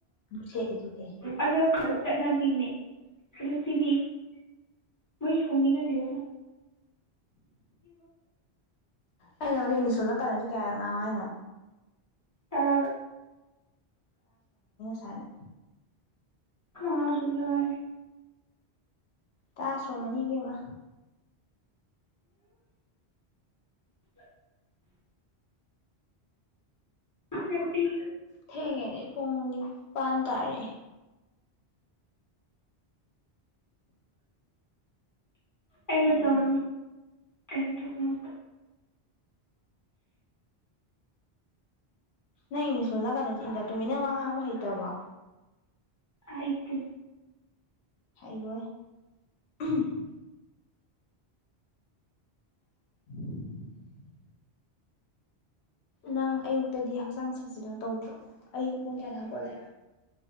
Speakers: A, on the left; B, on the left.
A: ꯁꯦꯠꯂꯤꯗꯨꯗꯤ
B: ꯑꯗꯣ ꯆꯠꯅꯕꯤꯅꯦ ꯑꯗꯨ ꯁꯤꯗꯤ ꯃꯣꯏ ꯁꯣꯝꯒꯤ ꯅꯠꯇꯦꯗ ꯚꯥꯏ
A: ꯑꯩꯅ ꯅꯉꯣꯟꯗ ꯏꯪꯂꯤꯁ ꯂꯣꯜꯂꯛꯀꯅꯣ ꯁꯤ ꯀꯌꯥꯔꯛ ꯉꯥꯡꯉꯣ ꯍꯥꯏꯅꯣ
B: ꯇꯔꯥꯔꯛ
A: ꯁꯥꯏꯅ
B: ꯃꯉꯥ ꯁꯨꯕꯗ ꯉꯥꯏꯔꯤ
A: ꯇꯔꯥ ꯁꯨꯔꯝꯃꯅꯤ ꯏꯕꯦꯝꯃ
B: <inaudible> ꯅꯨꯄꯤ
A: ꯊꯦꯡꯉꯦꯅꯦ ꯄꯨꯡ ꯅꯤꯄꯥꯟ ꯇꯥꯔꯦ
B: ꯑꯩ ꯃꯇꯝ ꯀꯩꯝ ꯇꯧꯕ ꯉꯝ
A: ꯅꯪ ꯏꯪꯂꯤꯁ ꯂꯣꯜꯂꯛꯀꯅꯣꯁꯦ ꯏꯟꯗ ꯇꯨꯃꯤꯟꯅ ꯋꯥ ꯉꯥꯡꯕ ꯍꯩꯇ꯭ꯔꯕꯣ
B: ꯍꯩꯇꯦ
A: ꯍꯩꯔꯣꯏ ꯎꯝ <unintelligible> ꯅꯪ ꯑꯌꯨꯛꯇꯗꯤ ꯍꯛꯆꯥꯡ ꯁꯥꯖꯤꯜ ꯇꯧꯗ꯭ꯔꯣ ꯑꯌꯨꯛ ꯄꯨꯡ ꯀꯌꯥꯗ ꯍꯧꯒꯠꯂꯦ